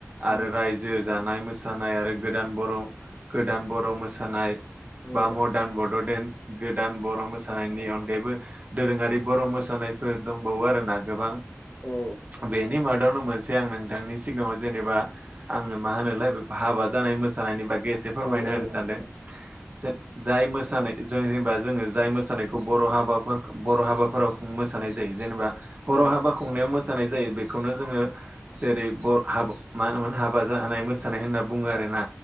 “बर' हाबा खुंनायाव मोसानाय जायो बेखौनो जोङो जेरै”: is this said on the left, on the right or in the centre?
Right